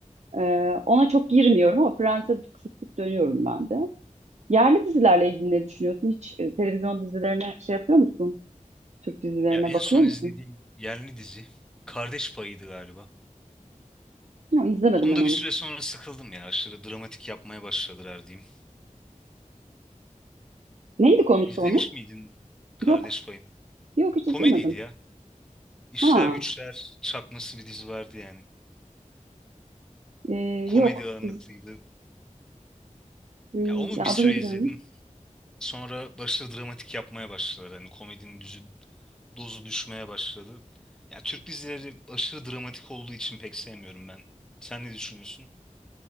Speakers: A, on the right (about 60°); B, in the centre.
A: Ee, ona çok girmiyorum ama Friends'e sık sık dönüyorum ben de. Yerli dizilerle ilgili ne düşünüyorsun? Hiç e, televizyon dizilerine şey yapıyor musun? Türk dizilerine
B: Ya en
A: bakıyor
B: son
A: musun?
B: izlediğim yerli dizi Kardeş Payı'ydı galiba.
A: Ya izlemedim
B: Onu
A: ben
B: da
A: onu.
B: bir süre sonra sıkıldım ya. Aşırı dramatik yapmaya başladılar diyeyim.
A: Neydi konusu
B: İzlemiş
A: onun?
B: miydin Kardeş
A: Yok.
B: Payı'nı?
A: Yok hiç
B: Komediydi
A: izlemedim.
B: ya. İşler
A: Ha.
B: Güçler çakması bir dizi vardı yani.
A: e,
B: Komedi
A: yok.
B: ağırlıklıydı.
A: İz, Hmm,
B: Ya onu
A: ya
B: bir
A: adını
B: süre izledim.
A: biliyorum.
B: Sonra başladı dramatik yapmaya başladılar. Hani komedinin düzü, dozu düşmeye başladı. Ya Türk dizileri aşırı dramatik olduğu için pek sevmiyorum ben. Sen ne düşünüyorsun?